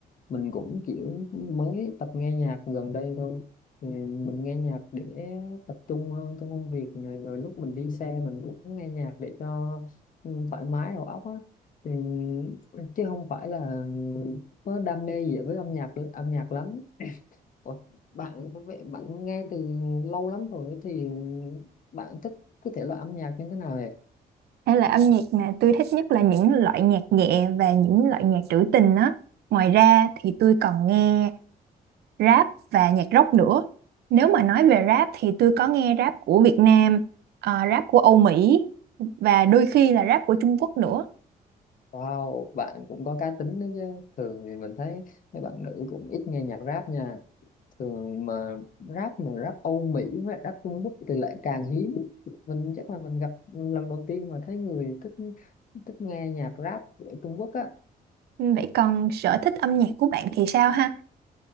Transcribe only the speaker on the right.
Hay là âm nhạc mà tôi thích nhất là những loại nhạc nhẹ và những loại nhạc trữ tình á. Ngoài ra thì tôi còn nghe rap và nhạc rock nữa. Nếu mà nói về rap thì tôi có nghe rap của Việt Nam, ờ, rap của Âu Mỹ và đôi khi là rap của Trung Quốc nữa
Ừ, Vậy còn sở thích âm nhạc của bạn thì sao ha?